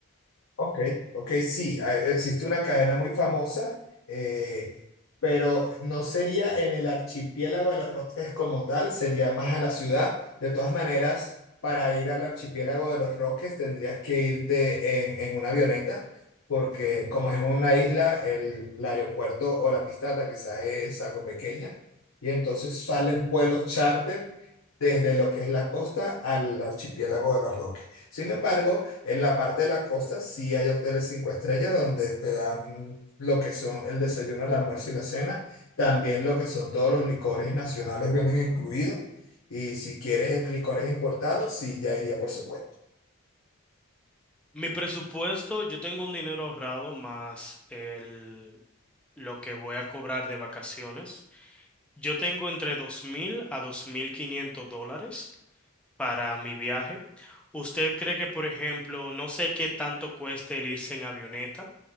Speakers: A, on the left (about 70°); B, in the centre.
A: Ok, ok, sí, hay- existe una cadena muy famosa, eh, pero no sería en el archipiélago de los Roques como tal, sería más a la ciudad. De todas maneras, para ir al archipiélago de los Roques tendrías que irte en, en una avioneta, porque como es una isla, el, el aeropuerto o la pista de aterrizaje es algo pequeña, y entonces salen vuelos charter desde lo que es la costa al archipiélago de los Roques. Sin embargo, en la parte de la costa sí hay hoteles cinco estrellas donde te dan lo que son el desayuno, el almuerzo y la cena. También lo que son todos los licores nacionales vienen incluidos. Y si quieres licores importados, sí, ya iría por su cuenta.
B: Mi presupuesto, yo tengo un dinero ahorrado más el, lo que voy a cobrar de vacaciones. Yo tengo entre 2.000 a 2.500 dólares para mi viaje. ¿Usted cree que, por ejemplo, no sé qué tanto cueste el irse en avioneta